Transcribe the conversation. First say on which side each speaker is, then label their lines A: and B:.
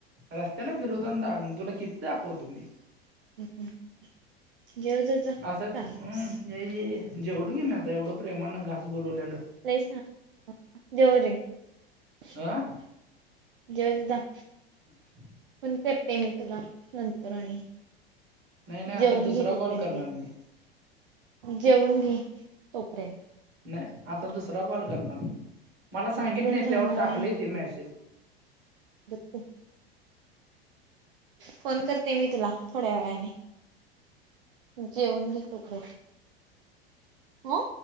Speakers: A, on the right (about 35°); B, on the right (about 60°).
A: रस्त्याला फिरवतांन दा तुला किती दाखवतो मी.
B: <inaudible> जेव जा जा
A: अस हम्म,
B: चाळीस
A: ये ये ये जेवलो की मी आता एवढ प्रेमान घास भरवलेल.
B: <unintelligible>
A: अ
B: जेवते जा.
A: <inaudible>
B: फोन करते मी तुला नंतर आणि
A: नाही नाही आता
B: जेवुण
A: दुसरा
B: घे तोपर्यंत.
A: कॉल करणार मी
B: जेवुण घे तोपर्यंत.
A: नाही आता दुसरा कॉल करणार मी. मला सांगित
B: अंथरुण
A: नाही
B: घालणार
A: त्यावर टाकले
B: आहे
A: ते मॅसेज.
B: <unintelligible> फोन करते मी तुला थोड्या वेळाने. जेवुण घे तु पण. ह